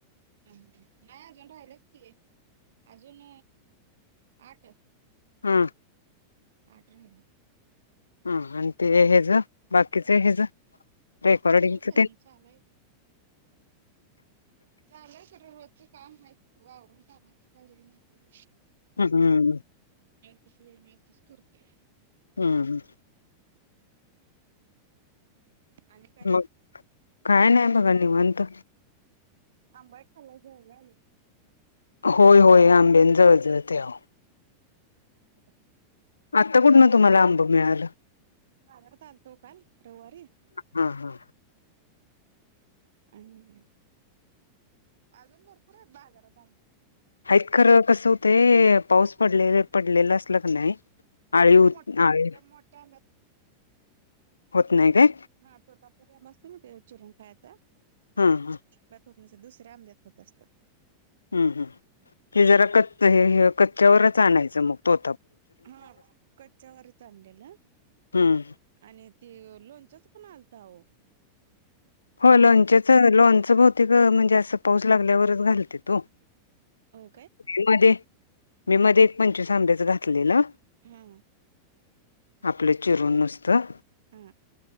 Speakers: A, on the right (about 60°); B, on the left (about 75°).
A: हम हम नाही अजून राहिलच की. अजून आठ.
B: हम्म.
A: आठ राहिले.
B: ह आणि ते हेज बाकीच हेज. रेकॉर्डिंगच
A: बाकीच नाही का अजून
B: ते
A: चालू आहे की, चाले खर रोजच काम आहे वावरून कामा काही वेळ माहिती.
B: हम् हम्म.
A: <unintelligible> करुर्ते.
B: हम्म हम्.
A: आणि काय
B: मग काय नाही बघा निवांत.
A: आंबाय खाललाय जे वायला ये
B: होय होय आंबेन जळजळ त्याव.
A: <inaudible>
B: आता कुठन तुम्हाला आंब मिळालं.
A: बाजारात आलतो काल रववारी
B: हा हा.
A: आणि, अजून भरपूर आहेत बाजारात आंबे.
B: आहेत खर कसं होतंय पाऊस पडले-पडलेला असल क नाही आळी
A: त्या
B: होत
A: मोठ
B: आळी
A: त्या मोठ्या आंब्यात
B: होत नाही काय?
A: हा तोता पुऱ्या मस्त नाही ते चिरून खायचा.
B: हा -हा
A: आंब्यात होत दुसऱ्या आंब्यात होत असतात
B: हम्म हम हे जरा कच्च कच्च्यावरच आणायचं मग तो
A: हा कच्च्यावरच आणलेलं <inaudible>
B: हम्म
A: आणि ती लोणच्याच कोण आलत अहो
B: होय लोणच्याच लोणच बहुतेक म्हणजे असं पाऊस लागल्यावरच घालतेत वो <inaudible>
A: हो
B: मध्ये मी मध्ये एक पंचवीस आंब्याच घातलेलं
A: हा
B: आपलं चिरून नुसतं
A: हा